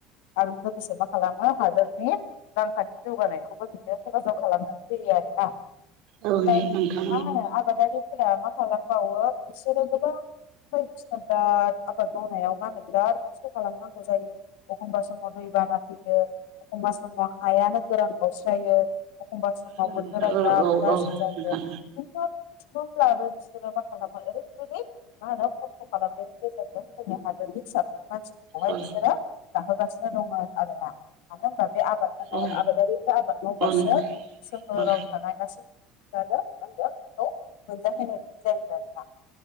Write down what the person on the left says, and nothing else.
आरो लोगोसे मा खालामो हादोरनि रांखान्थि जौगानायखौबो बिदिनो हेफाजाब खालामनानै होयो यो आरोना
ओमफ्राय
मा होनो आबादारिफोरा मा खालामबावो बिसोरो गोबां बायदिसिना बिराद आबाद मावनायाव मा होनो बिराद खस्थ' खालामनांगौ जायो अखमबा समाव दै बाना फैयो अखमबा समाव हायानो गोरान गावस्रायो अखमबा समाव
बोथोरा
बिराद
गाज्रि
जायो
खिन्थु थुख्रब्लाबो बिसोरो मा खालामो ओरैबायदि मा होनो खस्थ' खालामनायनि गेजेरजों जोंनि हादोरनि मानसिफोरखौहाय
बिसोरो जाहो गासिनो दङ आरो ना मानो होनबा बे आबाद मावनो
आबादारिफोरा आबाद मावबासो
सोहोराव
थानाय गासैबो <unintelligible> मोनजाहोनाय बायदि जायो आरोना